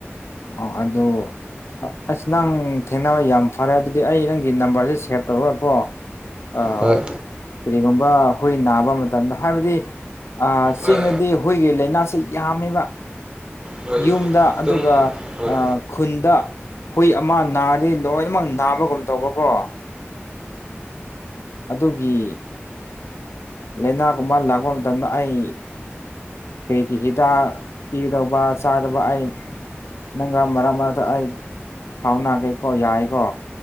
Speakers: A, on the left (about 80°); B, on the right (about 20°).
A: ꯑꯣ ꯑꯗꯨꯗꯣ ꯑꯁ ꯅꯪ ꯊꯦꯡꯅꯕ ꯌꯥꯝ ꯐꯔꯦ ꯑꯗꯨꯗꯤ ꯑꯩ ꯅꯪꯒꯤ ꯅꯝꯕꯔꯁꯦ ꯁꯦꯚ ꯇꯧꯔꯒꯀꯣ ꯑ
B: ꯍꯣꯏ
A: ꯀꯔꯤꯒꯨꯝꯕ ꯑꯩꯈꯣꯏ ꯅꯥꯕ ꯃꯇꯝꯗ ꯍꯥꯏꯕꯗꯤ ꯆꯤꯡꯉꯗꯤ
B: ꯍꯣꯏ
A: ꯍꯨꯣꯏꯒꯤ ꯂꯥꯏꯅꯥꯁꯤ ꯌꯥꯝꯃꯤꯕ
B: ꯍꯣꯏ
A: ꯌꯨꯝꯗ
B: ꯑꯗꯨꯝ
A: ꯑꯗꯨꯒ
B: ꯍꯣꯏ
A: ꯑ ꯈꯨꯟꯗ ꯍꯨꯏ ꯑꯃ ꯅꯥꯔꯤ ꯂꯣꯏꯅꯃꯛ ꯅꯥꯕꯒꯨꯝ ꯇꯧꯕꯀꯣ ꯑꯗꯨꯒꯤ ꯂꯅꯥꯀꯨꯝꯕ ꯂꯥꯛꯄ ꯃꯇꯝꯗ ꯑꯩ ꯀꯔꯤ ꯍꯤꯗꯥꯛ ꯄꯤꯒꯗꯧꯕ ꯆꯥꯗꯕ ꯑꯩ ꯅꯪꯒ ꯃꯔꯛ ꯃꯔꯛꯇ ꯑꯩ ꯐꯥꯎꯅꯒꯦꯀꯣ ꯌꯥꯏꯀꯣ